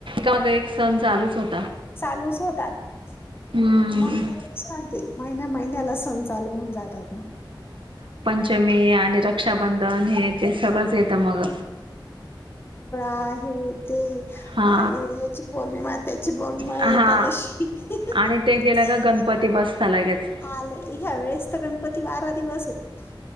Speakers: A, on the right (about 85°); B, on the left (about 30°).
A: आत एक सण चालूच होत.
B: चालूच होतात.
A: हम्म.
B: मग नाही विश्रांती. महिन्या -महिन्याला सण चालू होऊन जातात मग.
A: पंचमी आणि रक्षाबंधन हे, ते सगळंच येत मग.
B: आहे. ते याची
A: हा
B: पौर्णिमा, त्याची पौर्णिमा,
A: हा
B: एकादशी. <unintelligible>
A: आणि ते गेलं गणपती बसता लगेच.
B: आलय. ह्या वेळेस तर गणपती बारा दिवसयत.